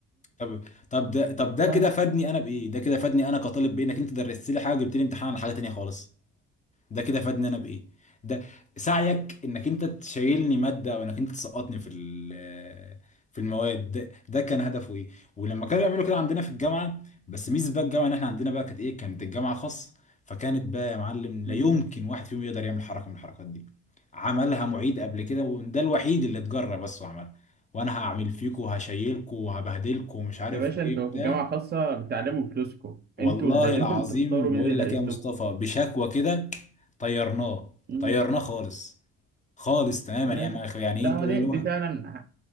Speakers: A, on the left; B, on the right.
A: طب طب ده طب ده
B: آه،
A: كده فادني انا بايه ده كده فادني انا كطالب بانك انت درست لي حاجه وجبت لي امتحان على حاجه تانية خالص ده كده فادني انا بايه ده سعيك انك انت تشيلني ماده او انك انت تسقطني في ال- في المواد ده, ده كان هدفه ايه ولما كانوا يعملوا كده عندنا في الجامعه بس ميزه بقى الجامعه ان احنا عندنا بقى كانت ايه كانت الجامعه خاص فكانت بقى يا معلم
B: ف-
A: لا يمكن واحد فيهم يقدر يعمل حركه من الحركات دي عملها معيد قبل كده وده الوحيد اللي اتجرى بس وعملها وانا هعمل فيكم وهشيلكم وهبهدلكم ومش عارف
B: يا باشا انتوا
A: ايه بتاع
B: في جامعة خاصة بتعلموا بفلوسكم
A: والله
B: انتوا اللي
A: العظيم
B: انتوا اللي بتختاروا
A: بقول
B: مين اللي يدرس
A: لك يا مصطفى
B: لكم
A: بشكوى كده طيرناه
B: امم
A: طيرناه خالص خالص تماما
B: ايوه
A: يعني ما- يعني ايه
B: لا
A: انت
B: هو
A: هو
B: دي,
A: اللي
B: دي
A: هو
B: فعلا ح-